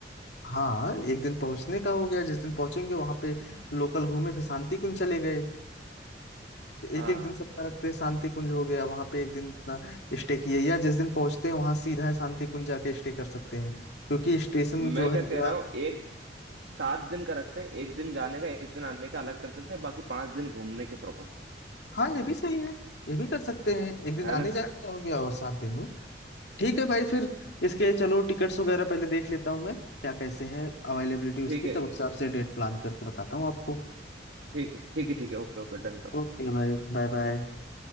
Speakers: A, on the left; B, on the right.
A: हाँ एक दिन पहुंचने का हो गया जिस दिन पहुंचेंगे वहां पे लोकल घूमे फिर शांति कुंज चले गए तो
B: हाँ
A: एक एक दिन सबका रखते हैं शांति कुंज हो गया वहां पे एक दिन अपना स्टे किए या जिस दिन पहुंचते हैं वहां सीधा है शांति कुंज जाके स्टे कर सकते हैं क्योंकि स्टेशन
B: मैं
A: जो हरिद्वार
B: क्या कह रहा हूँ एक सात दिन का रखते हैं एक दिन जाने का एक दिन आने का अलग करते थे बाकी पांच दिन घूमने के प्रॉपर
A: हाँ ये भी सही है ये भी कर सकते हैं एक दिन
B: है
A: आने
B: ना
A: जाने का हो गया और सात दिन हो ठीक है भाई फिर इसके चलो टिकट्स वगैरह पहले देख लेता हूँ मैं क्या कैसे है अवेलेबिलिटी उसकी
B: ठीक
A: तब
B: है
A: उस हिसाब से डेट प्लान करके बताता हूँ आपको
B: ठीक है ठीक है ठीक है ओके ओके डन करो
A: ओके भाई बाय बाय